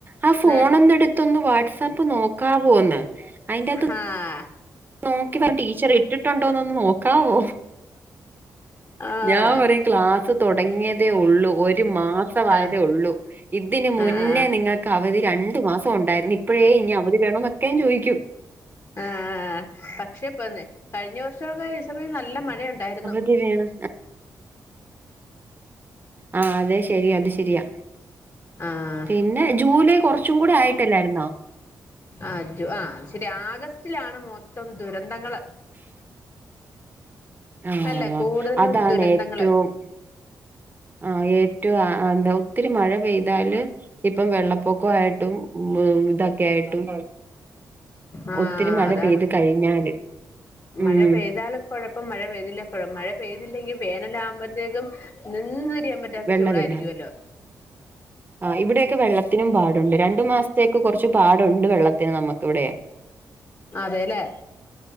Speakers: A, on the right; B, on the left.
A: ആ ഫോൺ
B: ആഹ്
A: ഒന്ന് എടുത്തൊന്ന് വാട്സ്ആപ്പ് നോക്കാവോ ഒന്ന് അയിന്റാത്ത്
B: ആഹ്
A: നോക്കി വാ ടീച്ചർ ഇട്ടിട്ടുണ്ടോന്നൊന്ന് നോക്കാവോ
B: ആഹ്
A: ഞാൻ പറയും ക്ലാസ്സ് തുടങ്ങിയതേ ഉള്ളൂ ഒരു മാസം ആയതേ
B: ആഹ്
A: ഉള്ളൂ ഇതിന് മുന്നേ
B: ആഹ് ആഹ്
A: നിങ്ങൾക്ക് ക്കവധി രണ്ടു മാസം ഉണ്ടായിരുന്നു ഇപ്പോഴേ ഇനി അവധി വേണോന്നൊക്കെ ഞാൻ ചോയ്ക്കും
B: ആഹ് ആഹ് പക്ഷെ ഇപ്പോ കഴിഞ്ഞ വർഷമൊക്കെ ഈ സമയം നല്ല മഴ ഉണ്ടായിരുന്നു
A: പിന്നെയാ മ് ആഹ് അതെ ശരി അത് ശരിയാ
B: ആഹ്
A: പിന്നെ ജൂലൈ കുറച്ചും കൂടി ആയിട്ടല്ലായിരുന്നോ
B: ആഹ് ജു ആഹ് ശരിയാ ആഗസ്റ്റിലാണ് മൊത്തം ദുരന്തങ്ങള്
A: ആഹ്
B: അല്ല കൂടുതലും
A: അതാണ്
B: ദുരന്തങ്ങള്
A: ഏറ്റവും ആഹ് ഏറ്റവും ആ എന്താ ഒത്തിരി മഴ പെയ്താല് ഇപ്പം വെള്ളപ്പൊക്കായിട്ടും മ്മ് ഇതൊ തൊക്കെയായിട്ടും
B: ആഹ്
A: ഒത്തിരി മഴ
B: അതാണ്
A: പെയ്ത് കഴിഞ്ഞാല്
B: മഴ
A: മ്മ്
B: പെയ്താലും കുഴപ്പം മഴ പെയ്തില്ലെ കുഴപ്പം മഴ പെയ്തില്ലെങ്കിൽ വേനലാകുമ്പോഴത്തേക്കും നിന്ന് തിരിയാൻ പറ്റാത്ത
A: വെള്ളമില്ല
B: ചൂടായിരിക്കുവല്ലോ
A: ആഹ് ഇവിടെയൊക്കെ വെള്ളത്തിനും പാടുണ്ട് രണ്ടു മാസത്തെക്ക് കുറച്ച് പാടുണ്ട് വെള്ളത്തിന് നമുക്ക് ഇവിടെയെ
B: അതെല്ലേ